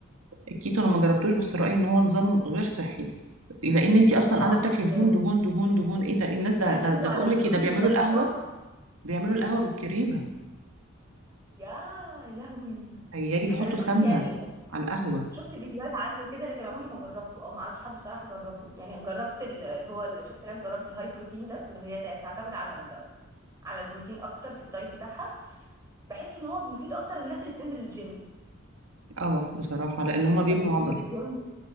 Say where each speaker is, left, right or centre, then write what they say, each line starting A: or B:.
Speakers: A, on the right; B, on the right.
A: الكيتو انا ما جربتوش بس رايي ان هو نظام غير صحي لان انت اصلا قاعده
B: صح
A: بتاكلي دهون
B: ده
A: دهون
B: ده-
A: دهون دهون ايه ده الناس
B: بيعتمدوا
A: ده ده, ده
B: على
A: بقول
B: الدهون
A: لك ايه ده بيعملوا
B: بطريقه
A: القهوه
B: صعبه
A: بيعملوا القهوه بالكريمه
B: يا لهوي
A: تخيلي بيحطوا
B: انا شفت
A: سمنه
B: يعني
A: على القهوه
B: شفت فيديوهات عنه وكده لكن عمري ما جربته او ما اعرفش حد بصراحه جربه يعني جربت ال- اللي هو ال- شفت ناس جربت الهاي بروتين ده اللي هي تع- تعتمد على ال... على البروتين اكتر في الدايت بتاعها بحس ان هو مفيد اكتر للناس اللي بتنزل الجيم
A: اه بصراحه لان هما
B: يعني
A: بيبنوا
B: الناس اللي بتنزل
A: عضل
B: الجيم